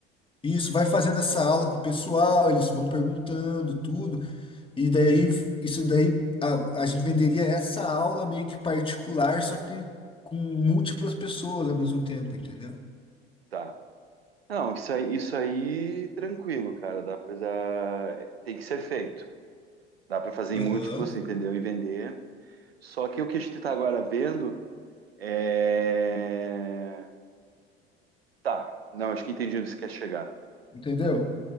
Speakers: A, on the left (about 15°); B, on the right (about 80°).
A: isso, vai fazendo essa aula com o pessoal, eles vão perguntando tudo. E daí, isso daí, a, a gente venderia essa aula meio que particular, só que com múltiplas pessoas ao mesmo tempo, entendeu?
B: Tá. Não, isso aí, isso aí tranquilo, cara. Dá pra, dá- tem que ser feito. Dá para fazer
A: Aham.
B: em múltiplos, entendeu? E vender. Só que o que a gente tá agora vendo é. Tá. Não, acho que entendi onde você quer chegar.
A: Entendeu?